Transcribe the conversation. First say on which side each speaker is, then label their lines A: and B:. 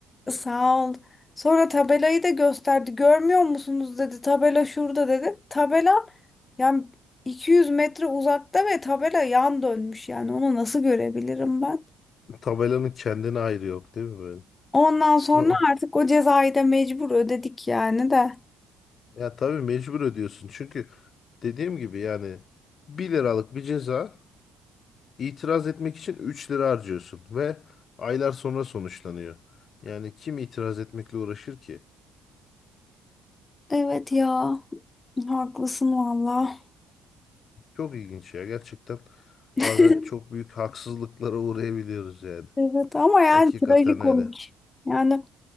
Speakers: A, on the left; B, on the left.
A: sağ ol. Sonra tabelayı da gösterdi. Görmüyor musunuz dedi. Tabela şurada dedi. Tabela yani 200 metre uzakta ve tabela yan dönmüş yani. Onu nasıl görebilirim ben?
B: <laughs> Tabelanın kendine ayrı yok değil mi böyle?
A: Ondan sonra
B: <laughs>
A: artık o cezayı da mecbur ödedik yani de.
B: Ya tabii mecbur ödüyorsun. Çünkü dediğim gibi yani bir liralık bir ceza itiraz etmek için 3 lira harcıyorsun ve aylar sonra sonuçlanıyor. Yani kim itiraz etmekle uğraşır ki?
A: Evet ya. Haklısın valla.
B: Çok ilginç ya gerçekten.
A: <laughs>
B: Bazen çok büyük haksızlıklara uğrayabiliyoruz yani.
A: Evet ama yani
B: Hakikaten
A: trajikomik.
B: öyle.
A: Yani